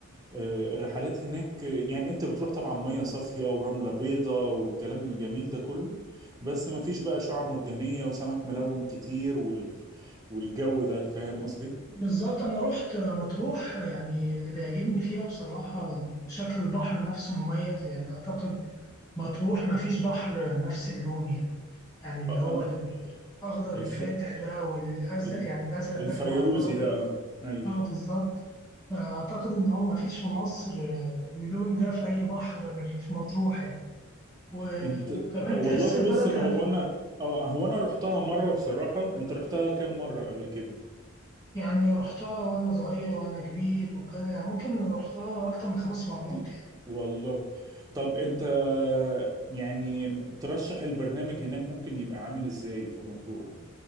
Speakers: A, on the right; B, on the left.
A: آه، الرحلات هناك آه، يعني انت بتروح طبعا ميه صافيه ورمله بيضه والكلام الجميل ده كله بس ما فيش بقى شعاب مرجانيه وسمك ملون كتير وال... والجو ده فاهم قصدي
B: بالظبط أنا رحت مطروح يعني اللي بيعجبني فيها بصراحة شكل البحر نفسه مميز يعني أعتقد مطروح مفيش بحر نفس اللون يعني يعني اللي
A: آه،
B: هو
A: آه،
B: الأخضر
A: الف...
B: الفاتح ده والأزرق
A: ال-
B: يعني الأزرق
A: الفيروزي
B: داخل مع الأخضر
A: ده اه ايوه
B: اه بالظبط فأعتقد إن هو مفيش في مصر آه، اللون ده في أي بحر غير في مطروح يعني و-
A: انت
B: وكمان
A: والله
B: تحس البلد
A: بص هو
B: هادية
A: انا اه هو انا رحتها مره بصراحه انت رحتها كام مره قبل كده
B: يعني رحتها وأنا صغير وأنا كبير وكده يعني ممكن رحتها أكتر من خمس مرات
A: كتير
B: يعني
A: والله طب انت يعني ترشح البرنامج هناك ممكن يبقى عامل ازاي في مطروح